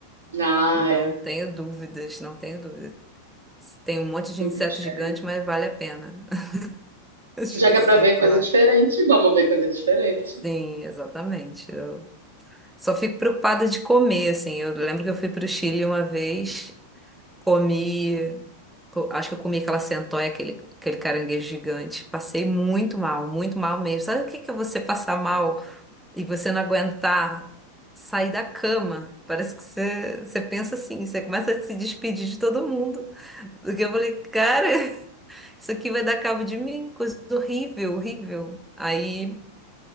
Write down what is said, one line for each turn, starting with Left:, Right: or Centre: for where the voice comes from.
Right: Ah,
Centre: Eu não
Right: é
Centre: tenho dúvidas, não tenho dúvidas. Tem um monte de
Right: muito
Centre: inseto
Right: diferente.
Centre: gigante, mas vale a pena. <laughs> Eu já
Right: Se já que
Centre: sei
Right: é para ver
Centre: que
Right: coisa
Centre: lá.
Right: diferente, vamos ver coisa diferente.
Centre: Sim, exatamente. Eu só fico preocupada de comer, assim. Eu lembro que eu fui para o Chile uma vez. Comi. Co- Acho que eu comi aquela centoia, aquele, aquele caranguejo gigante. Passei muito mal, muito mal mesmo. Sabe o que que é você passar mal e você não aguentar sair da cama? Parece que você, você pensa assim, você começa a se despedir de todo mundo. Porque eu falei, cara, <laughs> isso aqui vai dar cabo de mim, coisa horrível, horrível. Aí,